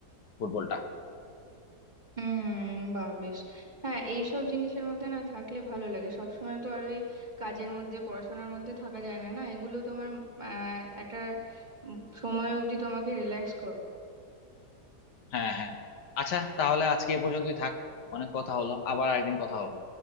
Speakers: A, on the left; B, on the right.
A: ফুটবলটা
B: হুম বাহ বেশ হ্যাঁ এইসব জিনিসের মধ্যে না থাকলে ভালো লাগে সব সময় তো আর ওই কাজের মধ্যে পড়াশোনার মধ্যে থাকা যায় না না এগুলো তোমার আহ, একটা উম, সময় অবধি তোমাকে রিল্যাক্স
A: হ্যাঁ হ্যাঁ আচ্ছা তাহলে আজকে এই পর্যন্তই থাক অনেক কথা হলো আবার একদিন কথা হবে